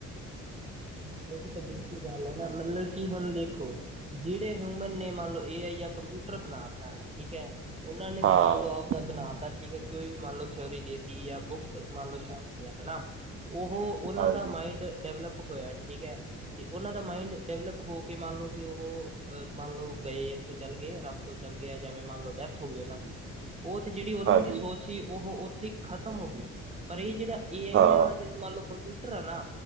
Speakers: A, on the right (about 20°); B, on the right (about 45°).
A: ਹਮ। ਹਾਂਜੀ ਉਹ ਵੀ ਤਾਂ ਬਿਲਕੁਲ ਗੱਲ ਹੈ ਨਾ ਮਤਲਬ ਕਿ ਹੁਣ ਦੇਖੋ ਜਿਹੜੇ ਹਿਊਮਨ ਨੇ ਮੰਨ ਲਓ ਇਹ ਆ। ਕੰਪਿਊਟਰ ਬਣਾਤਾ ਹੈ ਠੀਕ ਹੈ। ਉਹਨਾਂ ਨੇ
B: ਹਾਂ
A: ਤੇ ਮੰਨ ਲਓ ਆਪਦਾ ਬਣਾ ਤਾ ਠੀਕ ਹੈ ਕੋਈ ਵੀ ਮੰਨ ਲਓ ਥਿਓਰੀ ਦੇ। ਜਾਂ ਬੁੱਕਸ ਮੰਨ ਲਓ ਛਾਪਦੀਆਂ ਹਨਾ ਉਹ ਉਹਨਾਂ
B: ਹਾਂਜੀ
A: ਦਾ ਮਾਇੰਡ। ਡਲਪ ਹੋਇਆ ਠੀਕ ਹੈ ਤੇ ਉਹਨਾਂ ਦਾ ਮਾਇੰਡ ਡਿਵਲਪ ਹੋ ਕੇ ਮੰਨ ਲਓ ਕਿ ਉਹ ਮੰਨ ਲਓ ਗਏ। ਇੱਥੋਂ ਚੱਲ ਗਏ ਰੱਬ ਕੋਲ ਚੱਲ ਗਿਆ ਜਵੇਂ ਮੰਨ ਲਓ ਡੈਥ ਹੋ ਗਈ ਉਹਨਾਂ ਦੀ। ਉਹ ਤੇ ਜਿਹੜੀ ਉਹਨਾਂ
B: ਹਾਂਜੀ
A: ਦੀ ਸੋਚ ਸੀ ਉਹ ਓਥੇ ਖਤਮ ਹੋਗੀ ਪਰ ਏ ਜੇੜਾ ਏਹ ਅਈ
B: ਹਾਂ
A: ਆ ਤੇ ਮਾਨ ਲੋ ਕੰਪਿਊਟਰ ਆ ਨਾ,